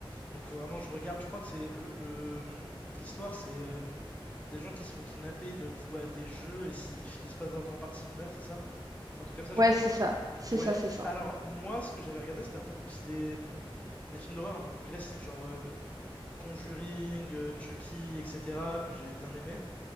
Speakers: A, on the left; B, on the right.
A: donc faut vraiment que je regarde je crois que c'est le le, hum, l'histoire c'est euh, des gens qui se font kidnapper ils doivent jouer à des jeux et s'ils finissent pas dans un temps imparti ils meurent c'est ça c'est un truc comme ça
B: Ouais,
A: je crois
B: c'est ça. C'est
A: ouais
B: ça, c'est ça.
A: alors moi ce que j'avais regardé c'était un peu plus les les films d'horreur un peu plus classiques genre euh, Conjuring, euh, Chucky, etc., que j'avais bien aimé,